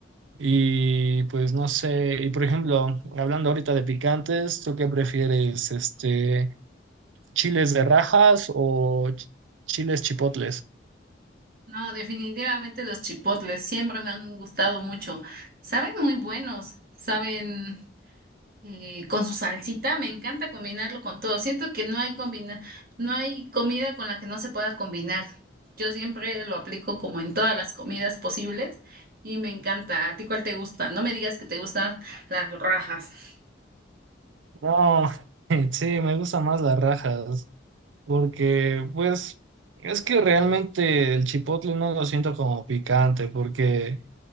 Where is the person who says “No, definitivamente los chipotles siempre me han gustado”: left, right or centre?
Right